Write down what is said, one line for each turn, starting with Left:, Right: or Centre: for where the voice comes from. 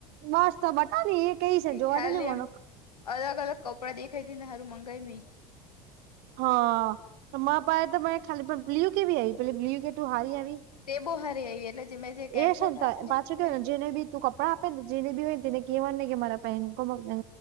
Right: બસ તો બટાની એ કઈ છે જોવા
Left: ખાલી
Right: દે ને મને
Left: એમ અલગ અલગ કપડા દેખાઈથી ને હારું મંગાઈ મે
Right: હા તમાર પાય તો મને ખાલી પણ બ્લ્યુ કેવી આવી પે બ્લ્યુ કેટું હારી આવી
Left: તે બહુ હારી આવી એટલે જે મેં જે કેન્સલ
Right: એ શું
Left: કરાવેલી
Right: થાય પાછું
Left: હતી
Right: કેય ને જેને બી તું કપડાં આપે ને જેને બી હોય ને તેને કેવા નું નહી કે મારા ભાઈ ને કો મંગાઈ